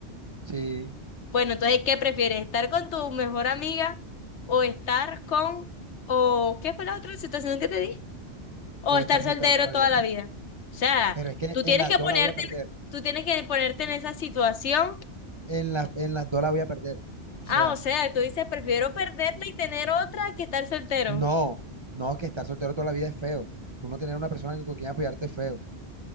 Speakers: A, on the right; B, on the left.
A: sí,
B: Bueno, entonces, ¿qué prefieres? ¿Estar con tu mejor amiga o estar con, o qué fue la otra situación que te di? o
A: o
B: estar
A: estar
B: soltero
A: soltero toda la
B: toda
A: vida.
B: la vida. O sea,
A: Pero es que
B: tú
A: en
B: tienes
A: las
B: que
A: dos
B: ponerte,
A: la voy a perder.
B: tú tienes que ponerte en esa situación.
A: En las, en las dos la voy a perder. O
B: Ah,
A: sea,
B: o sea, tú dices, prefiero perderla y tener otra que estar soltero.
A: no, no, que estar soltero toda la vida es feo. Tú no tener una persona con quien apoyarte es feo.